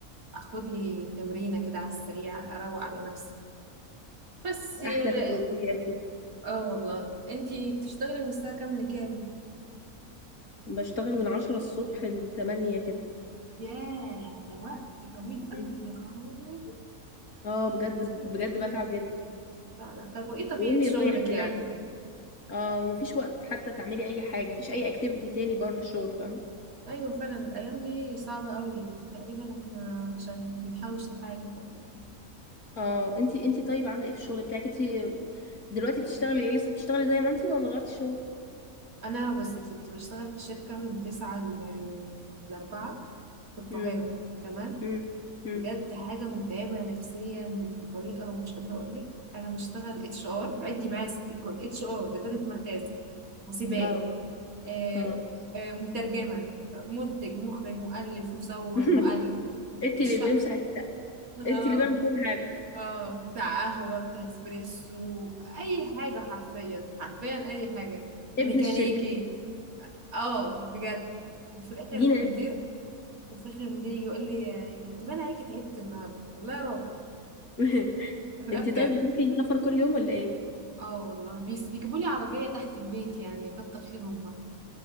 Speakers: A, on the right; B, on the left.
A: اخد لي تمرينه كده على السريع اروق على نفسي بس إيه،
B: احلى تجربة يا ستي
A: اه والله انتي بتشتغلي من الساعه كام لكام
B: بشتغل من عشرة الصبح لتمانية كده
A: ياه ده وقت طويل قوي
B: مم.
A: يا خرابي
B: اه بجد
A: كتير
B: بجد
A: كتير
B: بتعب جدا
A: لا لا طب وايه طبيعة
B: ويومي
A: شغلك
B: رايح كمان
A: يعني؟
B: اه ومفيش وقت حتى تعملي اي حاجه مفيش اي اكتيفيتي تاني بره الشغل فاهمه
A: ايوه فعلا الايام دي صعبة قوي تقريبا احنا عشان بنحوش لحاجة تقريبا.
B: اه انتي انتي طيب عامله ايه في الشغل بتاعك انتي دلوقتي بتشتغلي ايه لسه بتشتغلي زي ما انتي ولا غيرتي شغل
A: انا بص يا ستي بشتغل في شركة من تسعة ل- لأربعة في القاهرة
B: امم
A: تمام
B: امم امم
A: بجد حاجة متعبة نفسيا بطريقة مش قادرة اقول لك انا بشتغل اتش ار عدي معايا ست الكل اتش ار إدارة مخازن حاسبات
B: اه
A: آه،
B: اه
A: آه، مترجمة منتج مخرج مؤلف مصور
B: <laughs>
A: مؤلف
B: انتي
A: مش
B: اللي
A: فاهمة
B: بيمسح الشقه
A: اه
B: انتي اللي بيعمل كل حاجه
A: اه بتاع قهوة بتاع اسبريسو أي حاجة حرفيا حرفيا أي حاجة
B: ابن
A: ميكانيكي
B: الشركه
A: اه بجد وفي الآخر
B: دينا
A: المدير
B: ابن
A: وفي الآخر المدير يجي يقول لي آه، انت باين عليك تعبت النهاردة والله يا راجل
B: <laughs>
A: لا
B: انتي
A: بجد
B: طيب بتروحي السفر كل يوم ولا ايه
A: اه والله بيس بيجيبوا لي عربية تحت البيت يعني كتر خيرهم بقى